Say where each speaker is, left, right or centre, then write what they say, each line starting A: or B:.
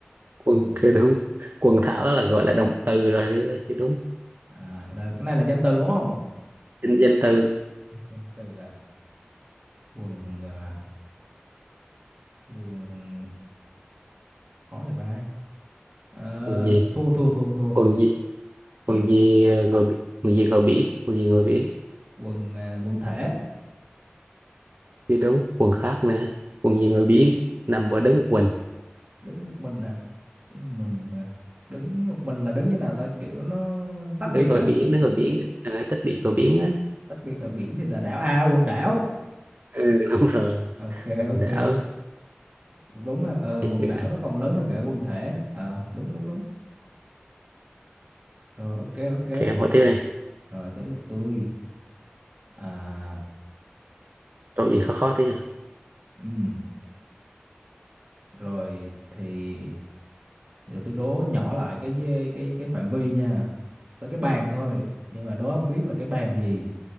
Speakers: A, on the right; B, on the right.
A: quần
B: quần
A: chưa đúng quần thảo là gọi là động từ rồi đấy là chưa đúng
B: à, là cái này là danh từ đúng không
A: danh danh từ
B: danh từ à quần à, quần khó vậy ba Ờ,
A: quần gì
B: thua thua thua thua
A: quần gì
B: chịu
A: quần gì ờ, ngồi bi- quần gì ngồi biển quần gì ngồi biển
B: quần à, quần thể
A: chưa đúng quần khác nữa quần gì ngồi biển nằm và đứng một mình
B: đứng một mình à đứng mình à. đứng một mình là đứng như nào ta kiểu nó tách
A: đứng
B: biệt
A: ngồi
B: hả
A: biển đứng ngồi biển à, tích điện ngồi biển á
B: tách biệt ở biển thì là đảo à quần đảo
A: ừ, <laughs> đúng rồi
B: ok
A: đảo
B: ok cũng đúng ha ờ
A: ok
B: quần đảo nó còn lớn hơn cả quần thể ờ đúng đúng đúng rồi ok ok
A: em hỏi tiếp này
B: rồi tới lượt tôi à
A: câu gì khó khó thế nhỉ
B: ừ rồi thì giờ tôi đố nhỏ lại cái dê- cái cái phạm vi nha tới cái bàn thôi nhưng mà đố không biết là cái bàn gì